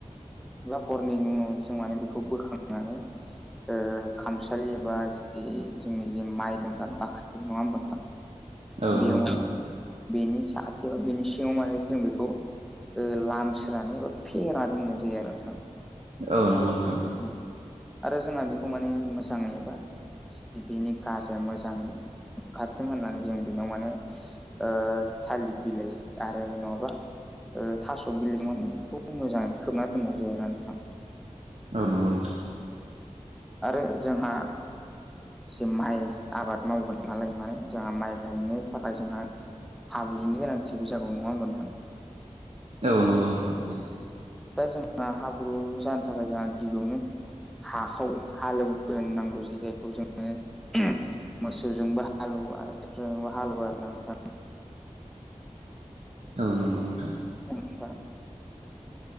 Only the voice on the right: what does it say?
औ
नंगौ
नोंथां
औ नंगौ नोंथां।
औ नंगौ नोंथां।
औ नंगौ। नोंथां
औ नंगौ नोंथां।